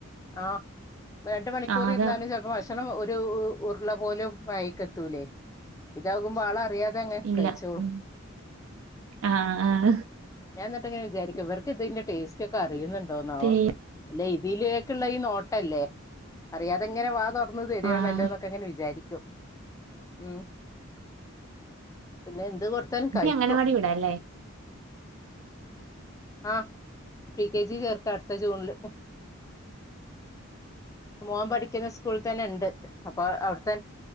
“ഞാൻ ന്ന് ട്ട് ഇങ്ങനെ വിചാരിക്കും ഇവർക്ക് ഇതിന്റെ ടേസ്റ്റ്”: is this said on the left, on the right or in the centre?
Left